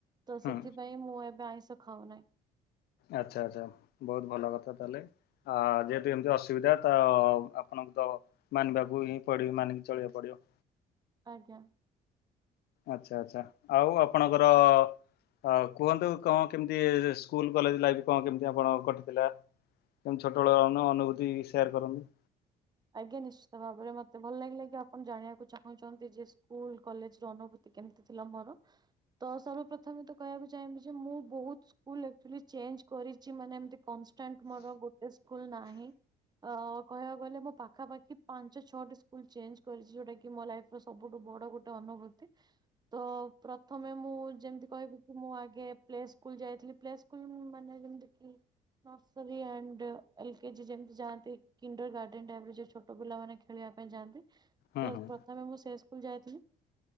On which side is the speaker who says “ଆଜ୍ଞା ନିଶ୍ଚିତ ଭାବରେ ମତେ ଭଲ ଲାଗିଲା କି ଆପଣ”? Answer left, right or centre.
Right